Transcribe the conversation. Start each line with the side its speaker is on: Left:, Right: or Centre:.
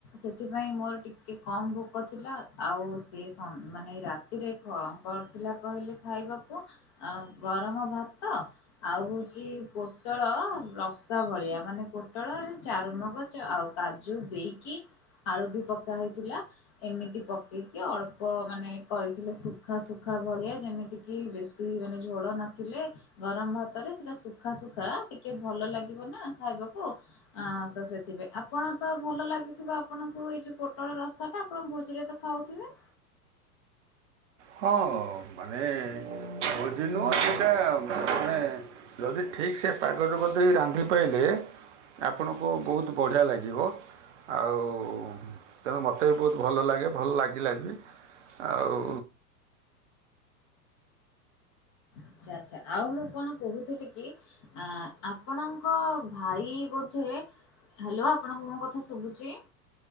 Left: ସେଥିପାଇଁ ମୋର ଟିକେ କମ ଭୋକ ଥିଲା ଆଉ ସେଏ ମାନେ ରାତି ରାତିରେ କ କରିଥିଲା କହିଲେ ଖାଇବାକୁ ଗରମ ଭାତ ଆଉ ଛି ପୋଟଳ ରସା ଭଳିଆ ମାନେ ପୋଟଳ ଚାରୁମଗଜ ଆଉ କାଜୁ ଦେଇକି ଆଳୁ ବି ପକା ହେଇଥିଲା ଏମିତି ପକେଇକି ଅଳ୍ପ ମାନେ କରିଥିଲେ ଶୁଖା ଶୁଖା ଭଳିଆ ଯେମିତି କି ବେଶୀ ମାନେ ଝୋଳ ନଥିଲେ ଗରମ ଭାତରେ ସେଟା ସୁଖା ସୁୁଖା ଟିକେ ଭଲ ଲାଗିବ ନା ଖାଇବାକୁ ଅ ତ ସେଥିପାଇଁ ଆପଣ ତ ଭଲ ଲାଗୁଥିବ ଆପଣଙ୍କୁ ଏଇ ଯୋଉ ପୋଟଳ ରସ ଟା ଆପଣ ଭୋଜିରେ ତ ଖାଉଥିବେ
Right: ହଁ ମାନେ ଭୋଜି ଦିନ ସେଇଟା ମାନେ ଯଦି ଠିକ୍ ସେ ପାଗ ଯୋଗ ଦେଇ ରାନ୍ଧି ପାରିଲେ ଆପଣଙ୍କୁ ବହୁତ ବଢ଼ିଆ ଲାଗିବ ଆଉ ତେଣୁ ମୋତେ ବି ବହୁତ ଭଲ ଲାଗେ ଭଲ ଲାଗିଲା ବି ଆଉ
Left: ଆଚ୍ଛା ଆଚ୍ଛା ଆଉ ମୁଁ କଣ କହୁଥିଲି କି ଅ ଆପଣଙ୍କ ଭାଇ ବୋଧେ ହ୍ୟାଲୋ ଆପଣଙ୍କୁ ମୋ କଥା ଶୁଭୁଛି